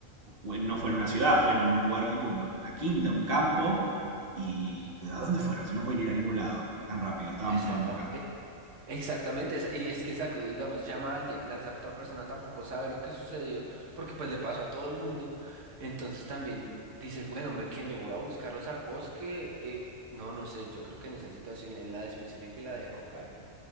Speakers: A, on the right (about 55°); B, on the right (about 85°).
A: bueno, no fue en una ciudad, fue en un lugar tipo como en una quinta, un campo ¿Y a dónde fueron? Si no pueden ir a ningún lado tan rápido, estábamos
B: Exactamente.
A: jugando acá.
B: Exactamente, es- y es que exacto, digamos, llama a alguien, la esa otra persona tampoco sabe lo que sucedió, porque pues le pasó a todo el mundo, entonces también dice, bueno, me, que me voy a buscarlos al bosque, eh, no, no sé, yo creo que en esa situación, en la específica y la de Hawkeye,